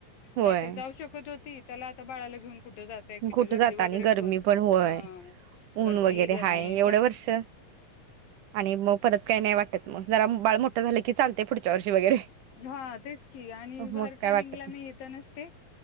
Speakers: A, on the left; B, on the right.
A: नाहीतर
B: होय
A: जाऊ शकत होती. त्याला आता बाळाला घेऊन कुठे जाताय. किती
B: कुठं
A: गर्दी
B: जाता
A: वगैरे
B: आणि गरमी
A: भरपूर.
B: पण होय
A: अ गर्दी,
B: ऊन वगैरे
A: गर्मी.
B: हाय एवढं वर्ष आणि मग परत काही नाही वाटत मग. जरा बाळ मोठं झालं की चालतंय पुढच्या वर्षी वगैरे.
A: हां तेच की आणि
B: मग
A: भार
B: काय
A: टायमिंगला
B: वाटत नाही
A: मी इथं नसते.